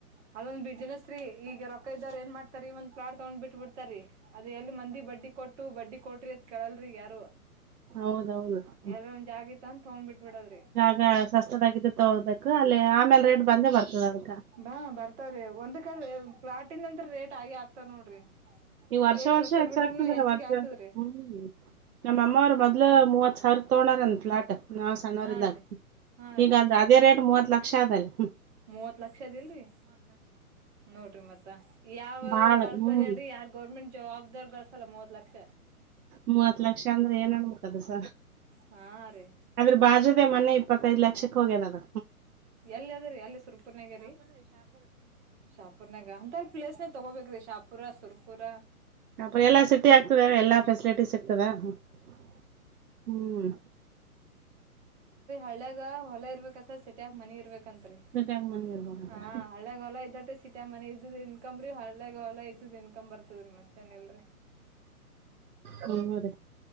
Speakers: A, on the right; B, on the right.
A: ಅದೊಂದ ಬಿಸಿನೆಸ್ ರೀ ಈಗ ರೊಕ್ಕ ಇದ್ದಾರ ಏನ್ ಮಾಡ್ ಒಂದ ಪ್ಲಾಟ್ ತಗೊಂಡ್ ಬಿಟ್ಟ ಬಿಡ್ತರಿ ಅದು ಎಲ್ಲಿ ಮಂದಿ ಬಡ್ಡಿ ಕೊಟ್ಟ ಬಡ್ಡಿ ಕೊಟ್ರಿ ಅತ್ ಕಳಲ್ರಿ ಯಾರು
B: ಹೌದೌದು
A: ಎಲ್ ಒಂದ ಜ ಆಗತ್ತ ಅಂತ ತಗೊಂಡ್ ಬಿಟ್ಬಿಡಲ್
B: ಈಗ ಸಸ್ತದಾಗಿದ್ದ ತಗೋಳ್ಬೇಕು ಅಲ್ಲಿ ಆಮೇಲೆ ರೇಟ್ ಬಂದೇ ಬರ್ತದ ಅದಕ
A: ಬಾ ಬರ್ತಾವ್ರೀ ಒಂದ್ ಕಡೆ ಪ್ಲಾಟನ್ ಅಂದ್ರ ರೇಟ್ ಆಗಿ ಆಾಕ್ತಾವ ನೋಡ್ರಿ
B: ನೀವು
A: ಅದ್
B: ವರ್ಷ
A: ಎಷ್ಟ್
B: ವರ್ಷ ಹೆಚ್ಚಾಗ್ತಂದ್ರ
A: ಬಿಟ್ರುನು ಹೆಚ್ಚಿಗೆ
B: ವರ್ಷ
A: ಆಗ್ತದ್ರಿ
B: ಹ್ಮ್ ನಮ್ಮಮ್ಮವ್ರ ಮೊದ್ಲು ಮೂವತ್ ಸಾವರ ತಗೊಂಡಾರ ಅಂದ ಫ್ಲಾಟ್ ನಾವ್ ಸಣ್ಣವರಿಂದಾಕ್
A: ಹಾ ರೀ ಹಾ
B: ಈಗಂದ
A: ರೀ
B: ಇದೇ ರೇಟ್ ಮೂವತ್ ಲಕ್ಷ ಅದೀಗ
A: ಮೂವತ್ ಲಕ್ಷ ಅದಿಲ್ರರಿ ನೋಡ್ರಿ ಮತ್ತ ಯಾವರು
B: ಬಾಳ
A: ಗಳಸಲ್ಲ
B: ಹ್ಮ್
A: ಹೇಳಿ ಯಾರ್ ಗೌರ್ಮೆಂಟ್ ಜಾಬ್ದವರ್ ಗಳಸಲ್ಲ ಮೂವತ್ ಲಕ್ಷ
B: ಮೂವತ್ ಲಕ್ಷ ಅಂದ್ರೆ ಏನ್ ಅನ್ಬೇಕದಸ
A: ಹಾ ರೀ
B: ಅದೇ ಬಾಜು ಮನೆ ಇಪ್ಪತ್ತೈದ್ ಲಕ್ಷಕ್ಕ ಹೋಗ್ಯನ ಅದು
A: ಎಲ್ಲಿ ಅದ್ರೀ ಎಲ್ಲಿ ಸುರ್ಪುರ್ನಾಗ ರೀ ಶಾಪ ಹುರ್ನಗ ಅಂತ ಅಲ್ಲಿ ಪ್ಲೇಸ ತಗೋಬೇಕ ರೀ ಶಾಪುರ ಸುರ್ಪುರ
B: ಅಪ್ರ ಎಲ್ಲಾ ಸಿಟಿ ಆಗ್ತದೆ ಎಲ್ಲಾ ಫೆಸಿಲಿಟೀಸ್ ಸಿಗ್ತದ ಹ್ಮ್
A: ಅಳ್ಯಾಗ ವಲಯ ಇರಬೇಕಂತ ಸಿಟ್ಯಾಗ ಮನಿ ಇರಬೇಕು ಅಂತರೀ
B: ಸಿಟಿಯಾಗ ಮನಿ ಇರ್ಬೇಕ
A: ಹಾ
B: ಅಂತ
A: ಹಳ್ಳೇಗ್ ಹೊಲ ಇದ್ದಟೆ ಸಿಟಾ ಮನೆ ಇದ್ದ್ದ ಇನ್ಕಂಬ್ರಿ ಹಳ್ಳೆಗ್ ಹೊಲಾ ಇದ್ದುನ್ಕ ಇನ್ಕಮ್ ಬರ್ತದ್ರೀ ಮತ್ತೇನಲ್ರಿ
B: ಹವ ರ